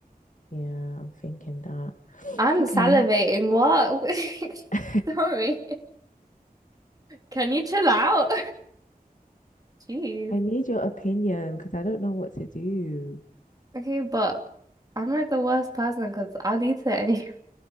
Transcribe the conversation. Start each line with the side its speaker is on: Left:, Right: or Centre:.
Left: Yeah, I'm thinking that. <laughs>
Right: I'm
Left: Okay.
Right: salivating. What?
Left: <laughs> I
Right: <laughs> Sorry. Can you chill out? <laughs> Jeez.
Left: need your opinion because I don't know what to do.
Right: Okay, but I'm like the worst person because I'll eat it anyway.